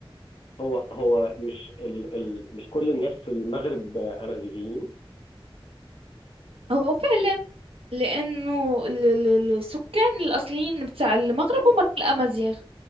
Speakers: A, on the left; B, on the right.
A: هو هو مش ال ال مش كل الناس في المغرب آه، امازيغيين
B: هو فعلا لأنه ال- ال- السكان الأصليين بتاع المغرب هم الأمازيغ